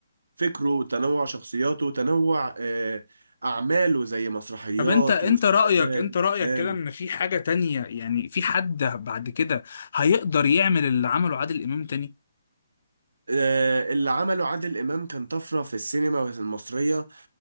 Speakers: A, on the right (about 75°); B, on the left (about 55°).
A: فكره وتنوع شخصياته وتنوع آه، أعماله زي مسرحيات
B: طب انت انت
A: ومسلسلات
B: رأيك انت
A: وأفلام
B: رأيك كده ان في حاجة تانية يعني في حد بعد كده هيقدر يعمل اللي عمله عادل امام تاني
A: آه، اللي عمله عادل إمام كان طفرة في السينما المصرية